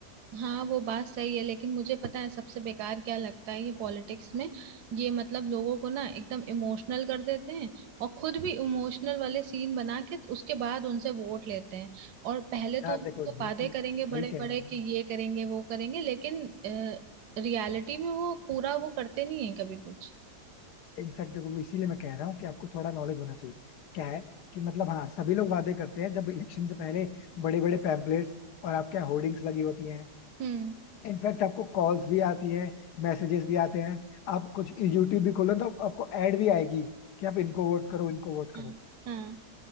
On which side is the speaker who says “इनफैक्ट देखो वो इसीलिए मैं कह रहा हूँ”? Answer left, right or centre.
Left